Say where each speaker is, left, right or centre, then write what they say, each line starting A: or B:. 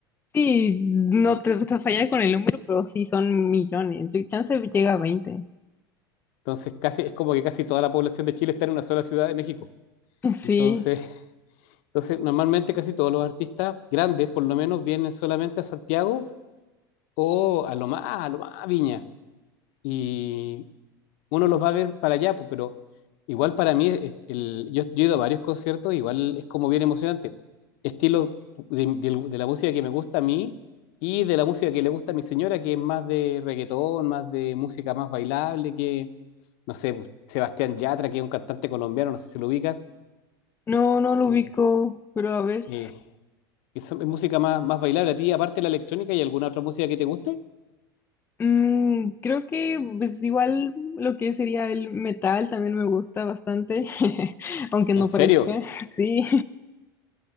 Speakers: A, on the left; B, on the left.
A: Sí, no te, te falla con el número, pero sí son millones. Yo- Chance llega a veinte.
B: Entonces, casi, es como que casi toda la población de Chile está en una sola ciudad de México.
A: <laughs> Sí,
B: Entonces, <laughs> entonces, normalmente casi todos los artistas grandes, por lo menos, vienen solamente a Santiago o a lo más, a lo más a Viña. Y uno los va a ver para allá, pues, pero igual para mí, es- el- yo, yo he ido a varios conciertos, igual es como bien emocionante. Estilo de, de- de la música que me gusta a mí y de la música que le gusta a mi señora, que es más de reggaetón, más de música más bailable, no sé, pues, Sebastián Yatra, que es un cantante colombiano, no sé si lo ubicas.
A: no, no lo
B: Eh,
A: ubico, pero a ver.
B: eh, eso es música más, más bailable a ti, aparte de la electrónica y alguna otra música que te guste.
A: Mm, creo que pues igual lo que sería el metal también me gusta bastante, <laughs> aunque no
B: ¿En serio?
A: parezca, <laughs> sí.